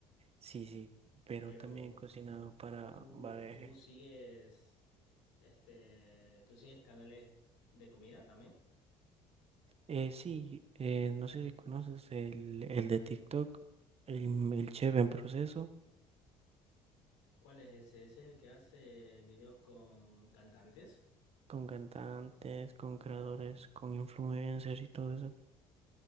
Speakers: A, on the right; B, on the left.
A: Sí, sí, pero
B: Pero
A: también he cocinado para
B: tú,
A: bareje.
B: tú sigues, este, tú sigues canales de comida también.
A: Eh, sí, eh, no sé si conoces el, el de TikTok, el, el chef en proceso,
B: ¿Cuál es ese? Ese es el que hace videos con cantantes.
A: con cantantes, con creadores, con influencers y todo eso.